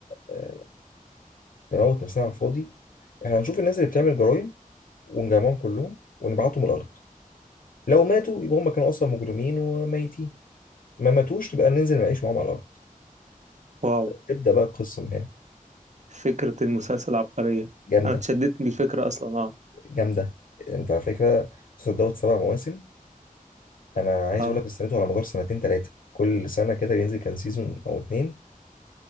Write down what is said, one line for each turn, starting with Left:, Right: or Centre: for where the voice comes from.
Left: آه، نموت نفسنا على الفاضي إحنا هنشوف الناس اللي بتعمل جرائم ونجمعهم كلهم ونبعتهم الأرض لو ماتوا يبقى هم كانوا أصلا مجرمين وميتين ما ماتوش نبقى ننزل نعيش معاهم على الأرض
Right: واو
Left: تبدأ بقى القصة من هنا
Right: فكرة المسلسل عبقرية
Left: جامدة
Right: انا اتشددت من الفكرة اصلا اه
Left: جامدة أنت على فكرة مسلسل دوت سبع مواسم انا عايز
Right: اه
Left: اقول لك استنيته على مدار سنتين ثلاثه كل سنه كده بينزل كان سيزون او اتنين